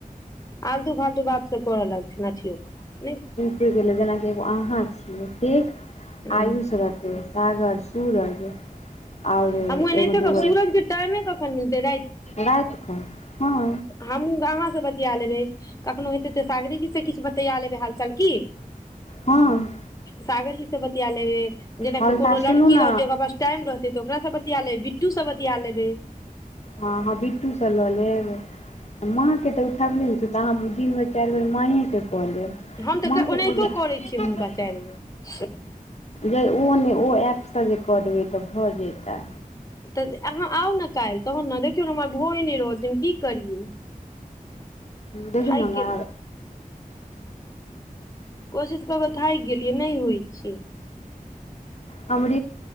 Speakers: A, on the left (about 25°); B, on the left (about 45°).
A: आलतू फालतू बात सब कर लागत न छिय नय
B: फि गेलै जेनाकि ए अहाँ त
A: हूँ
B: आयुष रत सागर सूरज ओर
A: हमहूँ एनाहिते
B: एगो द
A: कहब सूरजके टाइमे कखन मिलतै
B: र हँ
A: हमूँ अहाँ से बतिया लेबै कखनो हेतै त सागरीेजी से किछ बतिया लेबै हालचाल की
B: हँ
A: सागरजी से बतिया लेबे जेनाक
B: हल्का
A: कोनो
B: सुनू
A: लड़की
B: ने
A: रहतै ओकरा ब टाइम रहतै तऽ ओकासँ बतिया लेबै बिटू सब बतिया लेबै
B: हँ हँ बिट्टूसँ लऽ लेब माँके तऽ उठबले नय छै तऽ अहाँ दिन बेर चाइर बेर माँके कऽ लेब
A: हम तऽ
B: माँके
A: ओनाहितो करै छियै हुनका चाइर बे
B: जे ओ नय ओ ऐपसँ जे कर देबै तऽ भऽ जेताै
A: तऽ अहाँ आउ ने काल्हि तहन ने देखियौ ने हमर भोए नय रहल छै हम की करियै
B: द
A: थाकि
B: नामा
A: गेलियै कोशिश करबै थाकि गेलियै नय होइ छी
B: हमु